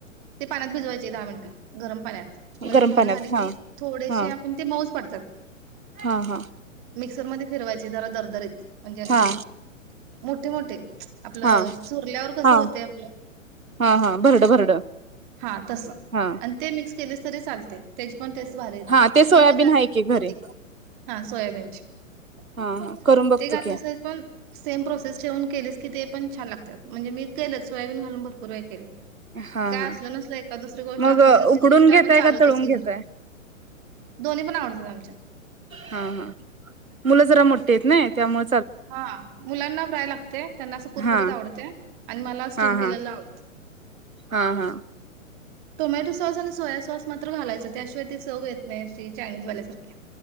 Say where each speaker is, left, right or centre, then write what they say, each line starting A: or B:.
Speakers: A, on the right; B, on the right.
A: ते पाण्यात भिजवायची दहा मिनटं, गरम पाण्यात मध्ये
B: गरम
A: थंड
B: पाण्यात
A: झाली की
B: हा
A: थोडेसे
B: हा
A: आपण ते मऊज पडत्यात.
B: हा हा
A: मिक्सरमध्ये फिरवायचे जरा दरदरीत म्हणजे असे
B: हा
A: मोठे मोठे आपलं
B: हा
A: चुरल्यावर कसं
B: हा
A: होत आपलं.
B: हा हा. भरड भरड
A: हा तस आणि
B: हा
A: ते मिक्स केलेस तरी चालतय त्याची पण टेस्ट भारी येत
B: हा ते
A: चिकनच्या
B: सोयाबीन
A: जागी
B: आहे
A: <unintelligible>
B: की
A: ना
B: घरी
A: ते. हा सोयाबीनची
B: हा हा करून बघतो
A: ते घातलीस
B: की
A: तरी पण सेम प्रोसेस जेवन केलेस की ते पण छान लागतात म्हणजे मी केलं सोयाबीन घालून भरपूर वेळा केल.
B: हा
A: काय
B: हा
A: असलं नसलं एखाद दुसरी गोष्ट
B: मग
A: असली तर दुसरी
B: उकडून
A: गोष्ट
B: घेताय
A: चालवतोच
B: का तळून घेताय
A: की घरात दोन्ही पण आवडतात आमच्यात.
B: हा हा मुलं जरा मोठी आहेत ना त्यामुळ
A: हा मुलांना फ्राय लागते त्यांना असं कुरकुरीत
B: हा
A: आवडते आणि मला स्टीम
B: हा
A: केलेलं
B: हा
A: आवडते.
B: हा हा
A: टोमॅटो सॉस आणि सोया सॉस मात्र घालायचं त्याशिवाय तिचं चव येत नाही अशी चायनीज वाल्यांसारखी